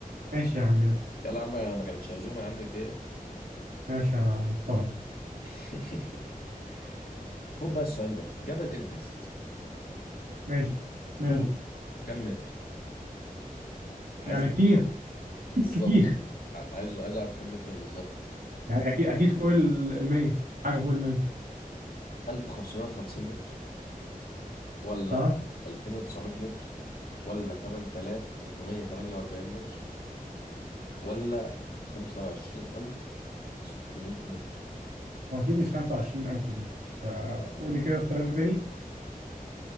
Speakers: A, on the right; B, on the left.
A: ماشي يا عم يلا
B: يلا يا عم ما كانتش عزومة يا عم في إيه
A: ماشي يا محترم
B: <laughs> خد بقى السؤال ده جبل إيفرست
A: ماشي ماله
B: طول كم متر عايز
A: يعني
B: بالظبط
A: كتير
B: بالظبط
A: كتير
B: ع- عايز عايز أعرف كم متر بالظبط
A: يعني اكيد اكيد فوق ال ال 100 حاجه فوق ال 100
B: 1550 متر ولا
A: ها
B: 2900 متر ولا 8848 متر ولا 25600 متر
A: اكيد مش 25000 دي فقول لي كده الثلاثه تاني